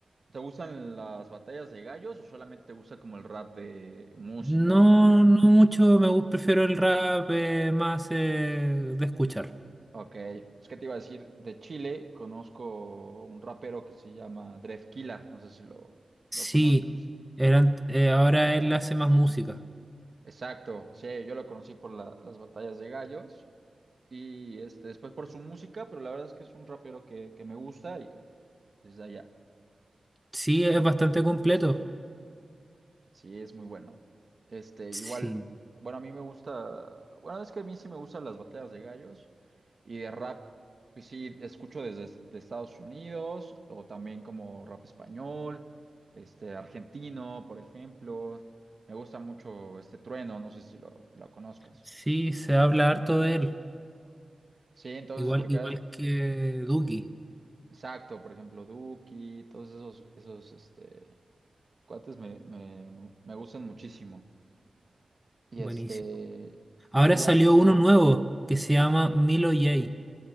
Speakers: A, on the right (about 50°); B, in the centre.
A: ¿Te gustan las batallas de gallos o solamente te gusta como el rap de música?
B: No, no mucho, me gusta, prefiero el rap eh, más eh, de escuchar.
A: Ok, es que te iba a decir, de Chile conozco un rapero que se llama Drefkila, no sé si lo,
B: Sí,
A: lo conozcas.
B: eran eh, ahora él hace más música.
A: Exacto, sí, yo lo conocí por la- las batallas de gallos y este, después por su música, pero la verdad es que es un rapero que, que me gusta y desde allá.
B: Sí, es bastante completo.
A: Sí, es muy bueno. Este,
B: Sí,
A: igual, bueno, a mí me gusta, bueno, es que a mí sí me gustan las batallas de gallos y de rap, pues sí, escucho desde de Estados Unidos o también como rap español, este, argentino, por ejemplo. Me gusta mucho este Trueno, no sé si lo, lo conozcas.
B: sí, se habla harto de él.
A: Sí, entonces,
B: Igual,
A: porque,
B: igual
A: es-
B: que Duki.
A: exacto, por ejemplo, Duki, todos esos, esos, este, cuates me, me, me gustan muchísimo. Y
B: Buenísimo.
A: este...
B: Ahora
A: Y ya-
B: salió uno nuevo que se llama Milo J.